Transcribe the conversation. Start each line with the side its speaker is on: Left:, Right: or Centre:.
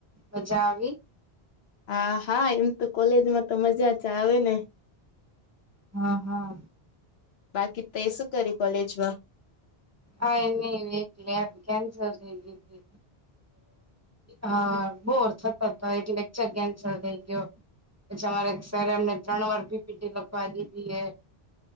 Right: મજા આવી
Left: હા હા એમ તો કોલેજમાં તો મજા જ આવે ને
Right: હા હા
Left: બાકી તે શું કરી કોલેજમાં
Right: હા એ ન એટલે એમ કેન્સલ થઈ ગીધી હા બોર સત એક લેકચર કેન્સલ થઈ ગયો પછી અમારે સર એમને ત્રણ વાર પીપીટી લખવા દીધી એ